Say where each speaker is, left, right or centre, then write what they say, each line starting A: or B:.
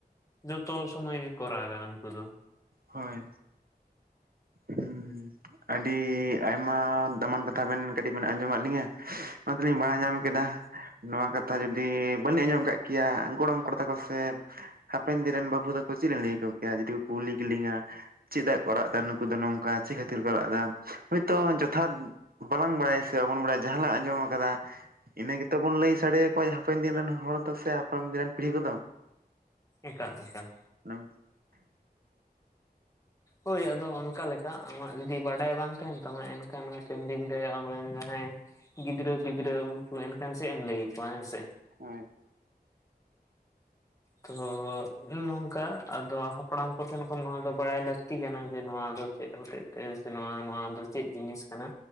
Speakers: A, on the left; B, on the right.
A: ᱡᱚᱛᱚ ᱥᱚᱢᱚᱭ ᱜᱮᱠᱚ ᱨᱟᱜ-ᱟ ᱩᱱᱠᱩ ᱫᱚ᱾
B: ᱦᱳᱭ ᱦᱩᱸ ᱟᱹᱰᱤ ᱟᱭᱢᱟ ᱫᱟᱢᱟᱱ ᱠᱟᱛᱷᱟ ᱵᱮᱱ ᱠᱟᱹᱴᱤᱡ ᱵᱮᱱ ᱟᱸᱡᱚᱢᱟᱫ ᱞᱤᱧᱟᱹ ᱚᱱᱟ ᱛᱮᱞᱤᱧ ᱵᱟᱲᱟᱭ ᱧᱟᱢ ᱠᱮᱫᱟ ᱱᱚᱣᱟ ᱠᱟᱛᱷᱟ ᱡᱩᱫᱤ ᱵᱟᱹᱞᱤᱧ ᱟᱸᱡᱚᱢ ᱠᱟᱜ ᱠᱮᱭᱟ ᱜᱚᱲᱚᱢ ᱠᱚᱲᱟ ᱛᱟᱠᱚ ᱥᱮ ᱦᱟᱯᱮᱱ ᱫᱤᱱ ᱨᱮᱱ ᱵᱟᱹᱵᱩ ᱛᱟᱠᱚ ᱪᱮᱫ ᱞᱤᱧ ᱞᱟᱹᱭ ᱟᱠᱚ ᱠᱮᱭᱟ ᱡᱩᱫᱤ ᱠᱚ ᱠᱩᱞᱤ ᱠᱮᱞᱤᱧᱟ ᱪᱮᱫᱟᱜ ᱠᱚ ᱨᱟᱜ ᱮᱫᱟ ᱱᱩᱠᱩ ᱫᱚ ᱱᱚᱝᱠᱟ ᱪᱮᱫ ᱠᱷᱟᱹᱛᱤᱨ ᱠᱚ ᱨᱟᱜ ᱮᱫᱟ ᱦᱳᱭᱛᱚ ᱡᱚᱛᱷᱟᱫ ᱵᱟᱞᱟᱝ ᱵᱟᱲᱟᱭᱟ ᱥᱮ ᱵᱟᱵᱚᱱ ᱵᱟᱲᱟᱭᱟ ᱡᱟᱦᱟᱸ ᱞᱟᱝ ᱟᱸᱡᱚᱢ ᱟᱠᱟᱫᱟ ᱤᱱᱟᱹ ᱜᱮᱛᱚ ᱵᱚᱱ ᱞᱟᱹᱭ ᱥᱟᱰᱮᱭᱟᱠᱚᱣᱟ ᱦᱟᱯᱮᱱ ᱫᱤᱱ ᱨᱮᱱ ᱦᱚᱲ ᱫᱚ ᱥᱮ ᱦᱟᱯᱮᱱ ᱫᱤᱱ ᱨᱮᱱ ᱯᱤᱲᱦᱤ ᱠᱚᱫᱚ᱾
A: ᱮᱠᱟᱞ ᱮᱠᱟᱞ
B: <unintelligible>
A: ᱦᱳᱭ ᱟᱫᱚ ᱚᱱᱠᱟ ᱞᱮᱠᱟ ᱟᱢᱟᱜ ᱡᱩᱫᱤ ᱵᱟᱰᱟᱭ ᱵᱟᱝ ᱛᱟᱦᱮᱱ ᱛᱟᱢᱟ ᱮᱱᱠᱷᱟᱱ ᱦᱟᱯᱮᱱ ᱫᱤᱱ ᱨᱮ ᱟᱢᱨᱮᱱ ᱡᱟᱦᱟᱸᱭ ᱜᱤᱫᱽᱨᱟᱹ ᱯᱤᱫᱽᱨᱟᱹ ᱩᱱᱠᱩ ᱮᱱᱠᱷᱟᱱ ᱪᱮᱫ ᱮᱢ ᱞᱟᱹᱭ ᱟᱠᱚᱣᱟ ᱦᱮᱸ ᱥᱮ᱾
B: ᱦᱳᱭ
A: ᱛᱚ ᱱᱚᱝᱠᱟ ᱟᱫᱚ ᱦᱟᱯᱲᱟᱢ ᱠᱚᱴᱷᱮᱱ ᱠᱷᱚᱱ ᱱᱚᱣᱟ ᱫᱚ ᱵᱟᱲᱟᱭ ᱞᱟᱹᱠᱛᱤ ᱠᱟᱱᱟ ᱡᱮ ᱱᱚᱣᱟ ᱫᱚ ᱪᱮᱫ ᱦᱚᱛᱮᱡ ᱛᱮ ᱥᱮ ᱱᱚᱣᱟ ᱱᱚᱣᱟ ᱫᱚ ᱪᱮᱫ ᱡᱤᱱᱤᱥ ᱠᱟᱱᱟ